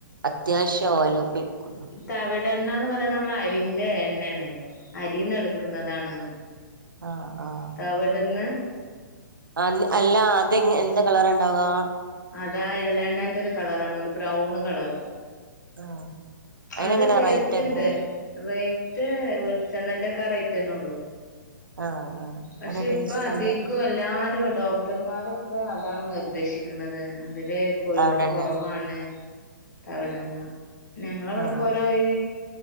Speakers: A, on the right; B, on the left.
A: അത്യാവശ്യ ഓയല് ഉപയോഗിക്കുള്ളു
B: തവിടെണ്ണാന്ന് പറയണ നമ്മള അരിന്റെ എണ്ണേ ണല്ലോ അരീന്ന് എടുക്കുന്നതാണ്ന്ന്
A: ആ ആഹ്
B: അവിടന്ന്
A: ആന്ന് അല്ലാ അത്ങ് എന്ത് കളറാ ണ്ടാവാ
B: അതാ എള്ള ണ്ണേന്റെ ഒരു കളറാണ് ഒരു ബ്രൗണ് കളറ്
A: ആഹ് അയിനെങ്ങനാ
B: അത് ടേസ്റ്റ്
A: റേറ്റൊക്കെ
B: ണ്ട് റേറ്റ് വെളിച്ചെണ്ണേന്റൊക്കാ റേറ്റെ ന്നെ ഉള്ളൂ
A: ആഹ് ആഹ്
B: പക്ഷെ
A: നല്ല ടേസ്റ്റ്
B: ഇപ്പ അധികോ
A: ഉണ്ട്
B: എല്ലാരു ഡോ ടർമാരൊക്കെ അതാണ് നിർദേശിക്ക്ണത് അതില് കൊഴുപ്പ്
A: അവിടെന്നെ
B: കൊറവാണ് തവിടണ്ണ. ഞങ്ങളവിടെപ്പോലോയീ
A: ആഹ്